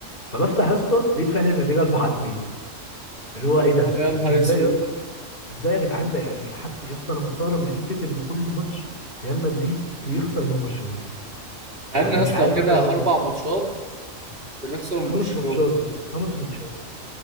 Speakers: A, on the left; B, on the right.
A: فبفتح يا اسطى لقيت فعلا النتيجه 4 2 اللي هو
B: اللي
A: ايه ده
B: هو يا نهار
A: ازاي
B: اسود
A: يا اسطى ازاي يا جدعان ده يعني حتى يا اسطى انا مستغرب من حته ان كل ماتش ريال مدريد بيخسر من برشلونه
B: بقالنا
A: يعني
B: يا
A: مش
B: اسطى
A: عارف
B: كده
A: انا لو
B: اربع
A: ده
B: ماتشات بنخسر من
A: خمس
B: برشلونة
A: ماتشات يا اسطى خمس ماتشات